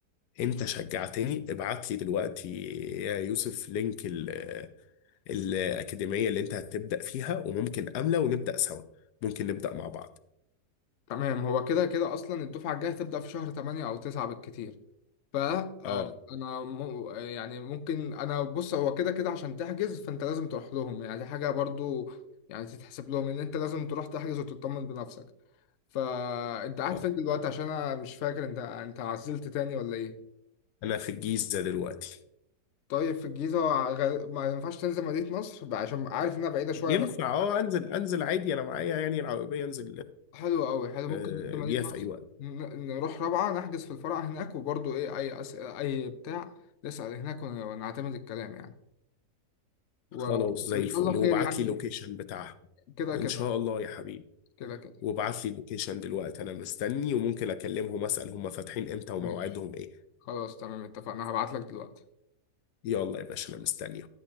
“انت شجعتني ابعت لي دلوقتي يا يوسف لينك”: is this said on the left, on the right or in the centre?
Left